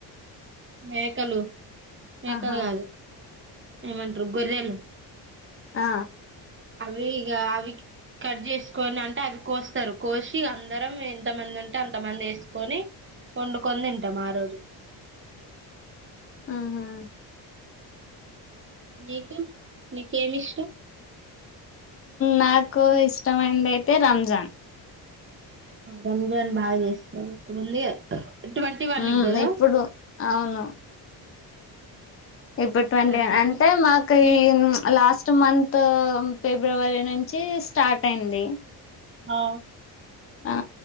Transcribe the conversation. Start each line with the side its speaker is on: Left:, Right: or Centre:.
Right: మేకలు మేకలు
Left: ఆహా
Right: కాదు ఎమట్రూ గొర్రెలు
Left: ఆ
Right: అవి గా అవి కట్ చేసుకొని అంటే అవి కోస్తారు కోసి అందరం ఎంతమంది ఉంటే అంతమంది ఎసుకొని ఓండుకొని తింటాం ఆ రోజు
Left: ఆహా!
Right: నీకు నీకేమి ఇష్టం?
Left: నాకు ఇష్టమైంది అయితే రంజాన్
Right: రంజాన్ బాగా చేస్తారు ఇప్పుడుంది ట్వంటీ వన్
Left: హ్మ్
Right: గదా
Left: ఇప్పుడు అవును ఇప్పుడు ట్వంటీ
Right: షాపింగ్
Left: అంటే
Right: కి
Left: మాకు ఈ లాస్ట్ మంత్ త్ ఫిబ్రవరి నుంచి స్టార్ట్ అయింది.
Right: ఆ
Left: ఆ